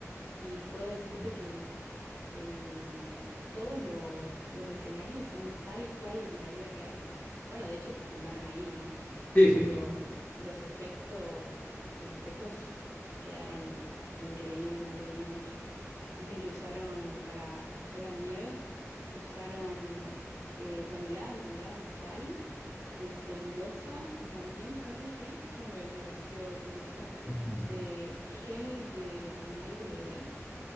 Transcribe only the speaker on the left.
ok.
Sí, sí,
sí.
Ujú.